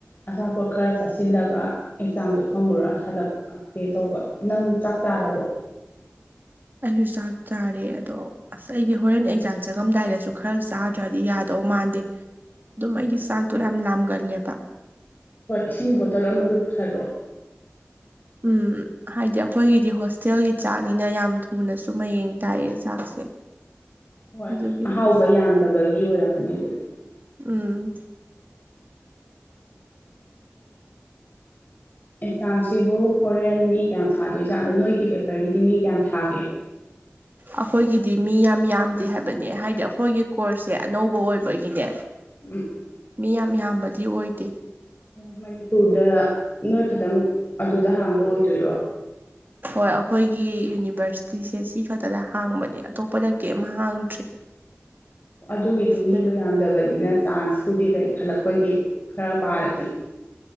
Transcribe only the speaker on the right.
ꯑꯩꯁꯨ ꯆꯥꯛ ꯆꯥꯔꯦ ꯑꯗꯣ ꯑꯁ ꯑꯩꯗꯤ ꯍꯣꯔꯦꯟ ꯑꯦꯛꯖꯥꯝ ꯆꯪꯉꯝꯗꯥꯏꯗꯁꯨ ꯈꯔ ꯆꯥ ꯅꯠꯇ꯭ꯔꯥꯗꯤ ꯌꯥꯗꯧ ꯃꯥꯟꯗꯦ ꯑꯗꯨꯝ ꯑꯩꯗꯤ ꯆꯥꯛꯇꯣ ꯌꯥꯝ ꯂꯥꯝꯒꯜꯂꯦꯕ
ꯎ <unintelligible> ꯎꯝ ꯍꯥꯏꯗꯤ ꯑꯩꯈꯣꯏꯒꯤꯗꯤ ꯍꯣꯁꯇꯦꯜꯒꯤ ꯆꯥꯛꯅꯤꯅ ꯌꯥꯝ ꯊꯨꯅꯁꯨ ꯃꯌꯦꯡ ꯇꯥꯏꯌꯦ ꯆꯥꯛꯁꯦ
ꯑꯗꯨꯒꯤ
ꯎꯝ
ꯑꯩꯈꯣꯏꯒꯤꯗꯤ ꯃꯤ ꯌꯥꯝ ꯌꯥꯝꯗꯦ ꯍꯥꯏꯕꯅꯦ ꯍꯥꯏꯗꯤ ꯑꯩꯈꯣꯏꯒꯤ ꯀꯣꯔꯁꯁꯦ ꯑꯅꯧꯕ ꯑꯣꯏꯕꯒꯤꯅꯦ
ꯃꯤ ꯌꯥꯝ ꯌꯥꯝꯕꯗꯤ ꯑꯣꯏꯗꯦ
ꯍꯣꯏ ꯑꯩꯈꯣꯏꯒꯤ ꯌꯨꯅꯤꯚꯔꯁꯤꯇꯤꯁꯦ ꯁꯤ ꯈꯛꯇꯗ ꯍꯥꯡꯕꯅꯦ ꯑꯇꯣꯞꯄꯗ ꯀꯔꯤꯝ ꯍꯥꯡꯗ꯭ꯔꯤ
ꯑꯗ